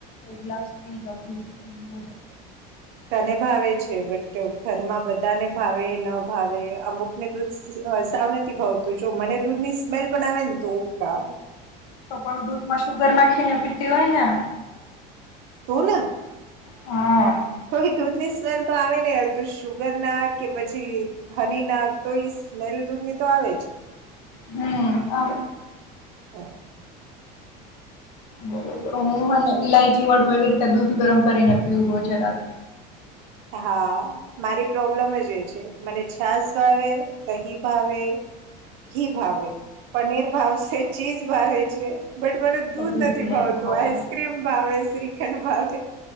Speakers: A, on the left; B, on the right.
A: ગ્લાસ પી જજ <unintelligible>
B: તને ભાવે છે. બટ, ઘરમાં બધાને ભાવે, ન ભાવે. અમુકને દૂધ સાવ નથી ભાવતું. જો, મને દૂધ ની સ્મેલ પણ આવે ને તો, ઉપકા
A: તો પણ, દૂધ માં શુગર નાખી ને પી પીવાયના.
B: તો ને
A: હા.
B: તો એ દૂધ ની સ્મેલ તો આવે નહી તુ સુુગર ના કે પછી હની ના તો સ્મેલ દૂધની તો આવે જ.
A: હમ્મ અવે
B: હ.
A: બ હ હ લઈ. ચીવડ વગેરે. દૂધ ગરમ કરીને. બ્યુંબો જરાક
B: હા મારી પ્રોબ્લેમ જ એ છે મને છાસ ભાવે, દહી ભાવે ઘી ભાવે, પનીર ભાવશે, ચીઝ ભાવે છે. બટ મને દૂધ
A: તો
B: નથી
A: નહી
B: ભાવતું,
A: ભાવે
B: આઈસ્ક્રીમ ભાવે શ્રી એ ભે.